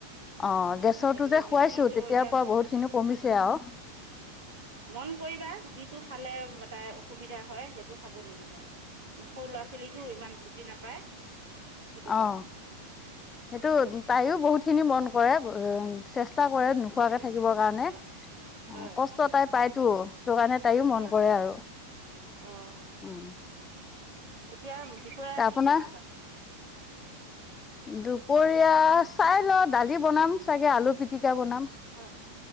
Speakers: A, on the left; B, on the right.
A: অ' গেছৰটো
B: হেৰি
A: যে খুৱাইছো
B: যিটো
A: তেতিয়াৰ
B: এতিয়া
A: পৰা বহুত খিনি কমিছে আৰু
B: মন কৰিবা যিটো খালে- তাই অসুবিধা হয়। সেইটো খাব নিদিবা সৰু ল'ৰা ছোৱালীটো ইমান বু্জি নাপায় সেইটো
A: অহ'
B: কাৰণে
A: সেইটো তাইও বহুতখিনি মন কৰে উ- চেষ্টা কৰে নোখোৱাকে থাকিবৰ কাৰণে
B: হয়
A: অ'
B: হয়
A: কষ্ট তাই পায়তো। সেইটো কাৰণে তাইও
B: হয়
A: মন কৰে আৰু
B: অঁ
A: উম।
B: এতিয়া দুপৰীয়া
A: আপোনাৰ
B: কি বনাবা?
A: দুপৰীয়া চাই লওঁ, দালি বনাম চাগে আলু পিটি- কা বনাম।
B: হয়